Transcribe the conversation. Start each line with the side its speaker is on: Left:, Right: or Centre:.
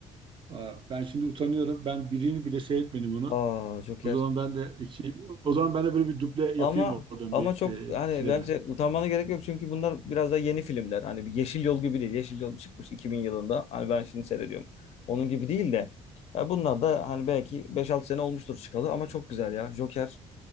Right: Aa, Ben şimdi utanıyorum. Ben birini bile seyretmedim onu.
Left: Aa Joker
Right: O zaman ben de iki, o zaman ben de böyle bir duble
Left: Ama
Right: yapayım oradan
Left: ama
Right: bir
Left: çok
Right: e,
Left: yani
Right: ikileme.
Left: bence utanmana gerek yok çünkü bunlar biraz da yeni filmler. Hani bir Yeşil Yol gibi değil. Yeşil Yol çıkmış 2000 yılında. Hani ben şimdi seyrediyorum. Onun gibi değil de ya bunlar da hani belki 5-6 sene olmuştur çıkalı ama çok güzel ya. Joker